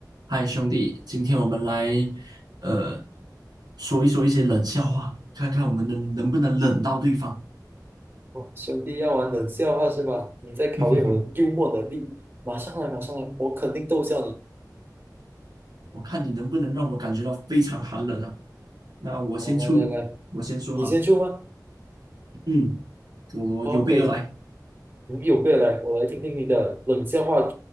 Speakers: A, on the right; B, on the right.
A: 嗨，兄弟，今天我们来呃说一说一些冷笑话，看看我们能能不能冷到对方。
B: 哦，兄弟要玩冷笑话是吧？你在考验我的幽默能力。
A: <laughs> 哼哼哼，
B: 马上来，马上来，我肯定逗笑你。
A: 我看你能不能让我感觉到非常寒冷啊！那我先出，
B: 哦，来来来，
A: 我先说哈，
B: 你先出吗？
A: 嗯，我有备而来。
B: 好，可以。你有备而来，我来听听你的冷笑话